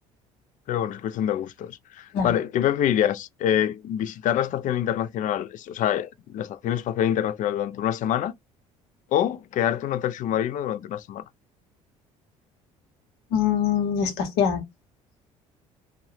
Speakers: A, on the left; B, on the left.
A: pero bueno, es cuestión de gustos.
B: Claro.
A: Vale, ¿qué preferirías? Eh, ¿visitar la Estación Internacional, es- o sea, la Estación Espacial Internacional durante una semana o quedarte en un hotel submarino durante una semana?
B: Mm, espacial.